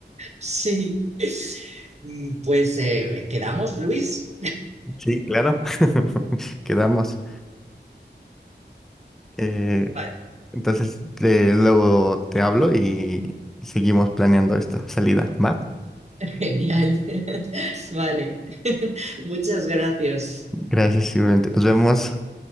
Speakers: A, on the right; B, in the centre.
A: <laughs> Sí. Mm, Pues eh, quedamos, Luis.
B: Sí, claro. <laughs> Quedamos. Eh,
A: <laughs>
B: entonces te- luego te hablo y seguimos planeando esta salida, ¿va?
A: Genial. <laughs> Vale. <laughs> Muchas gracias.
B: Gracias, igualmente. Nos vemos.